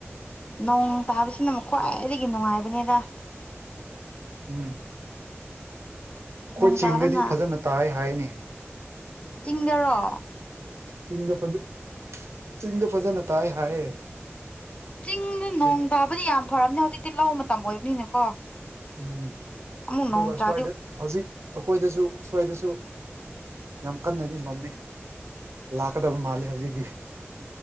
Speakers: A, on the left; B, on the right.
A: ꯅꯣꯡ ꯇꯥꯕꯁꯤꯅ ꯑꯃꯨꯛ ꯈ꯭ꯋꯥꯏꯗꯒꯤ ꯅꯨꯡꯉꯥꯏꯕꯅꯦꯗ
B: ꯎꯝ ꯈꯣꯏ
A: ꯅꯣꯡ
B: ꯆꯤꯡꯗꯗꯤ
A: ꯇꯥꯕꯅ
B: ꯐꯖꯅ ꯇꯥꯏ ꯍꯥꯏꯅꯦ
A: ꯆꯤꯡꯗꯔꯣ
B: ꯆꯤꯡꯗ ꯐꯖ ꯆꯤꯡꯗ ꯐꯖꯅ ꯇꯥꯏ ꯍꯥꯏꯌꯦ
A: ꯆꯤꯡꯗ ꯅꯣꯡ
B: ꯑꯗꯨꯒ
A: ꯇꯥꯕꯗꯤ ꯌꯥꯝ ꯐꯔꯝꯅꯦ ꯍꯧꯖꯤꯛꯇꯤ ꯂꯧ ꯃꯇꯝ ꯑꯣꯏꯕꯅꯤꯅꯀꯣ
B: ꯎꯝ
A: ꯑꯃꯨꯛ
B: ꯑꯗꯨꯒ
A: ꯅꯣꯡ ꯇꯥꯗꯤ
B: ꯁ꯭ꯋꯥꯏꯗ ꯍꯧꯖꯤꯛ ꯑꯩꯈꯣꯏꯗꯁꯨ ꯁ꯭ꯋꯥꯏꯗꯁꯨ ꯌꯥꯝ ꯀꯥꯟꯅꯗꯤ ꯃꯝꯃꯤ ꯂꯥꯛꯀꯗꯕ ꯃꯥꯜꯂꯦ ꯍꯧꯖꯤꯛꯀꯤ